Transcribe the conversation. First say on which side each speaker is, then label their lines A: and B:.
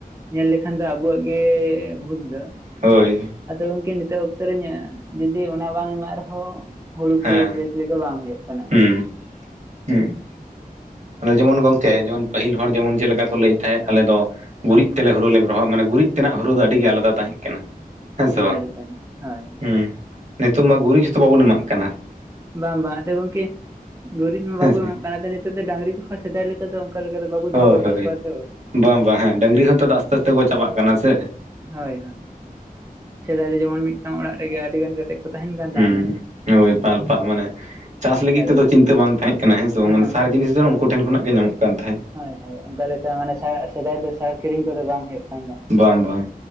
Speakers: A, on the right (about 20°); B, on the right (about 50°).
A: ᱧᱮᱞ ᱞᱮᱠᱷᱟᱱ ᱫᱚ ᱟᱵᱚᱣᱟᱜ ᱜᱮ ᱵᱷᱩᱞ ᱫᱚ᱾
B: ᱦᱳᱭ
A: ᱟᱫᱚ ᱜᱚᱢᱠᱮ ᱱᱤᱛᱚᱜ ᱚᱠᱛᱚᱨ ᱨᱤᱧ ᱡᱩᱫᱤ ᱚᱱᱟ ᱵᱟᱝ ᱮᱢᱟᱜ ᱨᱮᱦᱚᱸ᱾ ᱦᱩᱲᱩ
B: ᱦᱮᱸ
A: ᱠᱚ ᱵᱮᱥ ᱞᱮᱠᱟ ᱵᱟᱝ ᱦᱩᱭᱩᱜ ᱠᱟᱱᱟ᱾
B: ᱦᱩᱸ ᱦᱩᱸ ᱡᱮᱢᱚᱱ ᱜᱚᱢᱠᱮ ᱡᱮᱢᱚᱱ ᱯᱟᱹᱦᱤᱞ ᱦᱚᱲ ᱡᱮᱢᱚᱱ ᱪᱮᱫ ᱞᱮᱠᱟ ᱠᱚ ᱞᱟᱹᱭᱮᱫ ᱛᱟᱦᱮᱸᱫ ᱟᱞᱮ ᱫᱚ᱾ ᱜᱩᱨᱤᱡ ᱛᱮᱞᱮ ᱦᱩᱲᱩ ᱞᱮ ᱨᱚᱦᱚ ᱢᱟᱱᱮ ᱜᱩᱨᱤᱡ ᱛᱮᱱᱟᱜ ᱦᱩᱲᱩ ᱫᱚ ᱟᱹᱰᱤᱜᱮ ᱟᱞᱟᱫᱟ ᱛᱟᱦᱮᱸ ᱠᱟᱱᱟ᱾ ᱦᱮᱸ ᱥᱮ
A: ᱮᱠᱟᱞ
B: ᱵᱟᱝ
A: ᱮᱠᱟᱞ ᱦᱳᱭ
B: ᱦᱩᱸ ᱱᱤᱛᱚᱜ ᱢᱟ ᱜᱩᱨᱤᱡ ᱡᱷᱚᱛᱚ ᱵᱟᱵᱚᱱ ᱮᱢᱟᱜ ᱠᱟᱱᱟ ᱾
A: ᱵᱟᱝ ᱵᱟᱝ ᱟᱫᱚ ᱜᱚᱝᱠᱮ ᱜᱩᱨᱤᱡ ᱢᱟ
B: ᱦᱮᱸ
A: ᱵᱟᱵᱚ
B: ᱥᱮ
A: ᱮᱢᱚᱜ ᱠᱟᱱᱟ ᱟᱫᱚ ᱱᱤᱛᱚᱜ ᱫᱚ ᱰᱟᱝᱨᱤ ᱠᱚ ᱥᱮᱫᱟᱭ ᱞᱮᱠᱟ ᱫᱚ ᱚᱱᱠᱟ ᱞᱮᱠᱟ ᱫᱚ ᱵᱟᱵᱚ ᱫᱚᱦᱚ
B: ᱦᱳᱭ
A: ᱟᱠᱟᱫ
B: ᱦᱳᱭ
A: ᱠᱚᱣᱟ ᱛᱚ ᱾
B: ᱵᱟᱝ ᱵᱟᱝ ᱦᱮᱸ ᱰᱟᱹᱝᱨᱤ ᱦᱚᱸᱛᱚ ᱫᱚ ᱟᱥᱛᱮ ᱟᱥᱛᱮ ᱠᱚ ᱪᱟᱵᱟᱜ ᱠᱟᱱᱟ ᱥᱮ ᱾
A: ᱦᱳᱭ ᱦᱳᱭ ᱥᱮᱫᱟᱭ ᱫᱚ ᱡᱮᱢᱚᱱ ᱢᱤᱫᱴᱟᱝ ᱚᱲᱟᱜ ᱨᱮᱜᱮ ᱟᱹᱰᱤ ᱜᱟᱱ ᱠᱟᱛᱮᱫ ᱠᱚ ᱛᱟᱦᱮᱱ ᱠᱟᱱ
B: ᱦᱩᱸ
A: ᱛᱟᱦᱮᱱᱟ ᱾
B: ᱦᱳᱭ ᱯᱟᱞ ᱯᱟᱞ ᱢᱟᱱᱮ ᱪᱟᱥ
A: ᱮᱠᱟᱞ
B: ᱞᱟᱹᱜᱤᱫ ᱛᱮᱫᱚ
A: ᱮᱠᱟᱞ
B: ᱪᱤᱱᱛᱟᱹ ᱵᱟᱝ ᱛᱟᱦᱮᱸ ᱠᱟᱱᱟ ᱦᱮᱸᱥᱮ ᱵᱟᱝ
A: ᱚᱦᱚᱸᱜ
B: ᱢᱟᱱᱮ ᱥᱟᱨᱟ ᱡᱤᱱᱤᱥ ᱫᱚ ᱱᱚᱝ
A: ᱵᱟᱝ
B: ᱠᱷᱚᱱᱟᱜ ᱜᱮ ᱧᱟᱢᱚᱜ ᱠᱟᱱ ᱛᱟᱦᱮᱸᱫ ᱾
A: ᱦᱳᱭ ᱦᱳᱭ ᱚᱝᱠᱟ ᱞᱮᱠᱟ ᱢᱟᱱᱮ ᱥᱟᱨᱟᱜ ᱥᱮᱫᱟᱭ ᱫᱚ ᱥᱟᱨ ᱠᱤᱨᱤᱧ ᱠᱚᱫᱚ ᱵᱟᱝ ᱦᱩᱭᱩᱜ ᱠᱟᱱ ᱛᱟᱦᱮᱱᱟ ᱾
B: ᱵᱟᱝ ᱵᱟᱝ